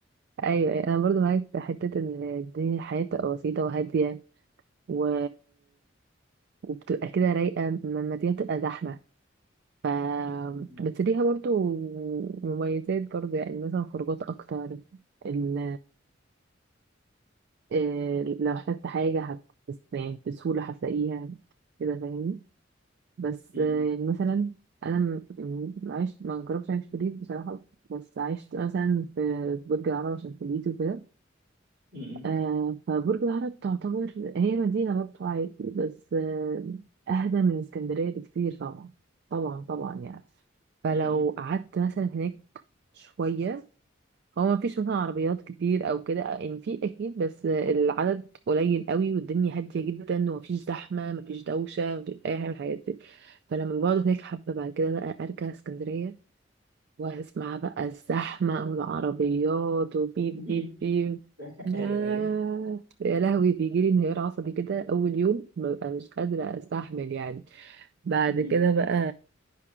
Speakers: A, on the right (about 60°); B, on the right (about 85°).
A: ايوه أيوة. انا برضو معاك في حته ان الدنيا الحياه بتبقى بسيطه وهاديه و... وبتبقى كده رايقه لما الدنيا بتبقى زحمه ف
B: <laughs> م-
A: بس ليها برضو مميزات برضو يعني مثلا خروجات اكتر ال... آه، لو احتجت حاجه هت... بس يعني بسهوله هتلاقيها كده فاهمني بس
B: م-
A: آه، مثلا انا م- م- عشت ما جربتش اعيش في الريف بصراحه بس عشت مثلا في برج العرب عشان كليتي وكده
B: م- م-
A: آه فبرج العرب تعتبر هي مدينه برضه عادي بس آه اهدى من اسكندريه بكتير طبعا طبعا طبعا يعني فلو
B: م- م- م- م-
A: قعدت مثلا هناك شويه هو ما فيش مثلا عربيات كتير او كده يعني في اكيد بس العدد قليل قوي والدنيا هاديه جدا ومفيش زحمه مفيش دوشه مفيش اي حاجه من الحاجات دي فلما بقعد هناك حبه بعد كده بقى ارجع اسكندريه واسمع بقى الزحمه والعربيات وبيب
B: <laughs> م- م-
A: بيب بيب لا
B: ايوه ايوه
A: يا لهوي بيجي لي انهيار عصبي كده اول يوم ببقى مش قادره استحمل يعني بعد
B: <laughs>
A: كده بقى